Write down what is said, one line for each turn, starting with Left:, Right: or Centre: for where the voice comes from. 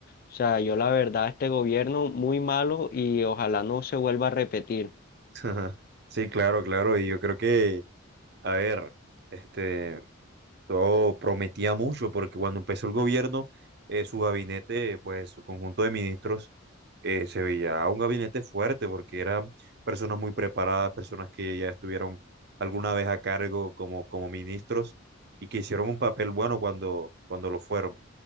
Left: O sea, yo la verdad, este gobierno muy malo y ojalá no se vuelva a repetir.
Right: <laughs> Sí, claro, claro. Y yo creo que, a ver, este... Eso prometía mucho porque cuando empezó el gobierno, eh, su gabinete, pues su conjunto de ministros, eh, se veía un gabinete fuerte porque eran personas muy preparadas, personas que ya estuvieron alguna vez a cargo como, como ministros y que hicieron un papel bueno cuando, cuando lo fueron